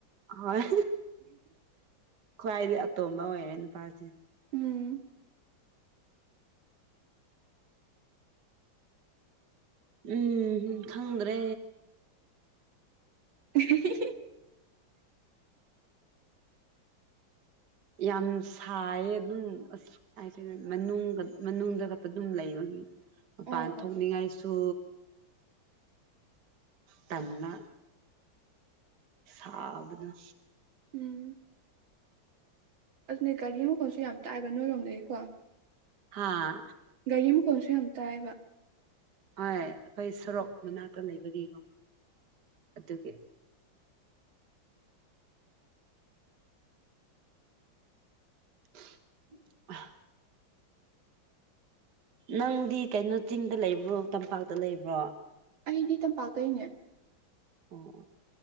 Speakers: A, on the right; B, on the right.
A: ꯍꯣꯏ ꯈ꯭ꯋꯥꯏꯗꯤ ꯑꯇꯣꯝꯕ ꯑꯣꯏꯔꯦ ꯅꯨꯄꯥꯁꯦ
B: ꯎꯝ
A: ꯎꯝ ꯈꯪꯗ꯭ꯔꯦ
B: ꯎ
A: ꯌꯥꯝ ꯁꯥꯏꯌꯦ ꯑꯗꯨꯝ ꯑꯁ ꯍꯥꯏꯁ ꯃꯅꯨꯡꯗ ꯃꯅꯨꯡꯗ ꯈꯛꯇ ꯑꯗꯨꯝ ꯂꯩꯕꯒꯤ ꯃꯄꯥꯟ
B: ꯑꯣ
A: ꯊꯣꯛꯅꯤꯡꯉꯥꯏꯁꯨ ꯇꯟꯅ ꯁꯥꯕꯅ
B: ꯎꯝ ꯑꯗꯨꯅꯦ ꯒꯥꯔꯤ ꯃꯈꯣꯡꯁꯨ ꯌꯥꯝ ꯇꯥꯏꯕ ꯅꯣꯏꯔꯣꯝꯗꯒꯤꯀꯣ
A: ꯍꯥꯥ
B: ꯒꯥꯔꯤ ꯃꯈꯣꯟꯜꯁꯨ ꯌꯥꯝ ꯇꯥꯏꯕ
A: ꯍ ꯑꯩꯈꯣꯏ ꯁꯣꯔꯣꯛ ꯃꯅꯥꯛꯇ ꯂꯩꯕꯒꯤꯀꯣ ꯑꯗꯨꯒꯤ <unintelligible> ꯅꯪꯗꯤ ꯀꯩꯅꯣ ꯆꯤꯡꯗ ꯂꯩꯕ꯭ꯔꯣ ꯇꯝꯄꯥꯛꯇ ꯂꯩꯕ꯭ꯔꯣ
B: ꯑꯩꯗꯤ ꯇꯝꯄꯥꯛꯇꯩꯅꯦ
A: ꯑꯣ